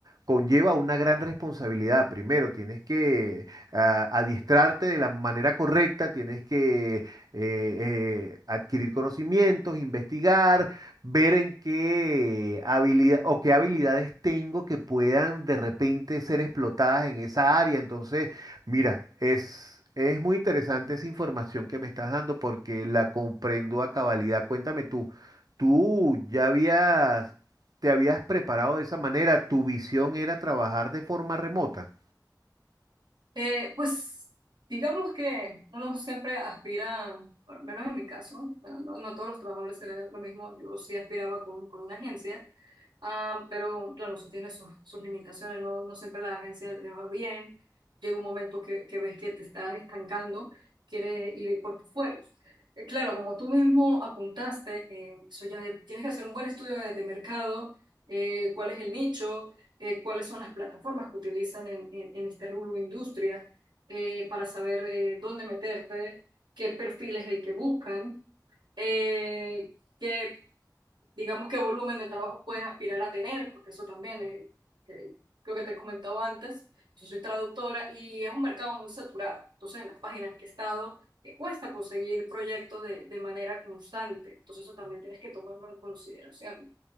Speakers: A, on the right (about 60°); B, on the right (about 90°).
A: conlleva una gran responsabilidad. Primero, tienes que ah, adiestrarte de la manera correcta, tienes que eh, eh, adquirir conocimientos, investigar, ver en qué habilidad o qué habilidades tengo que puedan de repente ser explotadas en esa área. Entonces, Mira, es, es muy interesante esa información que me estás dando porque la comprendo a cabalidad. Cuéntame tú, ¿tú ya habías, te habías preparado de esa manera? ¿Tu visión era trabajar de forma remota?
B: Eh, pues digamos que uno siempre aspira, por lo menos en mi caso, bueno, no, no todos los trabajadores serán lo mismo, yo sí aspiraba con, con una agencia, ah, pero claro, eso tiene sus, sus limitaciones, no, no siempre la agencia le va bien, llega un momento que, que ves que te estás estancando, quieres ir por tus fueros. Eh, claro, como tú mismo apuntaste, eh, eso ya de- tienes que hacer un buen estudio de, de mercado, eh, cuál es el nicho eh, cuáles son las plataformas que utilizan en, en- en este rubro industria eh, para saber eh, dónde meterte, qué perfil es el que buscan, eh, qué, digamos, qué volumen de trabajo puedes aspirar a tener, porque eso también eh, eh, creo que te he comentado antes, yo soy traductora y es un mercado muy saturado, entonces en las páginas que he estado eh, cuesta conseguir proyectos de, de manera constante, entonces eso también tienes que tomarlo en consideración.